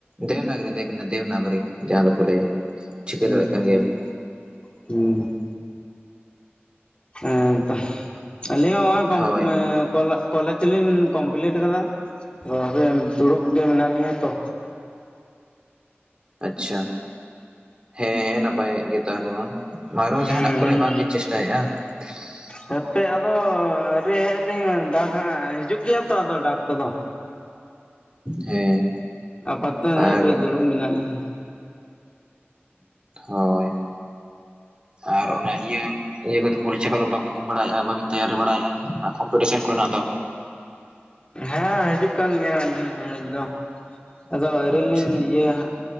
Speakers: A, on the right; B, on the left.
A: ᱫᱮᱵᱽᱱᱟᱜᱚᱨᱤ ᱫᱮᱵ ᱫᱮᱵᱽᱱᱟᱜᱚᱨᱤ ᱡᱟᱦᱟᱸ ᱫᱚᱠᱚ ᱞᱟᱹᱭᱟ ᱴᱷᱤᱠᱟᱹ
B: ᱦᱩᱸ
A: ᱫᱟᱲᱮᱜ ᱠᱟᱱ ᱜᱮᱭᱟᱵᱤᱱ᱾
B: ᱦᱩᱸ᱾ ᱦᱮᱸ ᱛᱚ ᱟᱹᱞᱤᱧ ᱦᱚᱸ ᱦᱚᱸᱜᱼᱚᱭ
A: ᱦᱳᱭ ᱦᱳᱭ
B: <inaudible> ᱠᱚᱞᱟ ᱠᱚᱞᱮᱡᱽ ᱞᱤᱧ ᱠᱚᱢᱯᱤᱞᱴ ᱟᱠᱟᱫᱟ ᱟᱫᱚ ᱫᱩᱲᱩᱵ ᱜᱮ ᱢᱮᱱᱟᱜ ᱞᱤᱧᱟᱹ ᱛᱚ᱾
A: ᱟᱪᱪᱷᱟ᱾ ᱦᱮᱸ ᱦᱮᱸ ᱱᱟᱯᱟᱭᱮᱜ ᱜᱮ ᱛᱟᱦᱞᱮ ᱢᱟ ᱟᱨᱚ ᱡᱟᱦᱟᱸᱱᱟᱜ
B: ᱦᱮᱸ
A: ᱠᱚᱨᱮ ᱵᱟᱝ ᱵᱤᱱ ᱪᱮᱥᱴᱟᱭᱮᱜᱼᱟ᱾ <inaudible>
B: ᱦᱮᱯᱮᱜ ᱟᱫᱚ ᱟᱹᱣᱨᱤ ᱦᱮᱡ ᱟᱹᱞᱤᱧ ᱰᱟᱠ ᱦᱟᱸᱜ ᱦᱤᱡᱩᱜ ᱜᱮᱭᱟ ᱛᱚ ᱟᱫᱚ ᱰᱟᱠ ᱠᱚᱫᱚ᱾
A: ᱦᱮᱸ᱾
B: ᱟᱯᱟᱛ ᱛᱚ ᱱᱤᱭᱟᱹ
A: ᱟᱨ
B: ᱦᱟᱯᱮ ᱫᱩᱲᱩᱵ ᱢᱮᱱᱟᱜ ᱞᱤᱧᱟ᱾
A: ᱦᱚᱭ ᱟᱨ ᱚᱱᱮ ᱤᱭᱟᱹ ᱤᱭᱟᱹ ᱠᱚᱫᱚ ᱯᱚᱨᱤᱪᱷᱟ ᱠᱚᱫᱚ ᱵᱟᱵᱤᱱ ᱮᱢ ᱵᱟᱲᱟᱭᱮᱜᱼᱟ ᱵᱟᱹᱵᱤᱱ ᱛᱮᱭᱟᱨᱤ ᱵᱟᱲᱟᱭᱮᱫᱼᱟ ᱠᱚᱢᱯᱤᱴᱤᱥᱮᱱ ᱠᱚᱨᱮᱱᱟᱜ ᱫᱚ?
B: ᱦᱮᱸ ᱦᱤᱡᱩᱜ ᱠᱟᱱ ᱜᱤᱭᱟ ᱦᱮᱡ ᱫᱚ᱾ ᱟᱫᱚ ᱟᱹᱣᱨᱤ
A: ᱟᱪᱪᱷᱟ
B: ᱞᱤᱧ ᱤᱭᱟᱹᱭᱟ ᱦᱟᱸᱜ᱾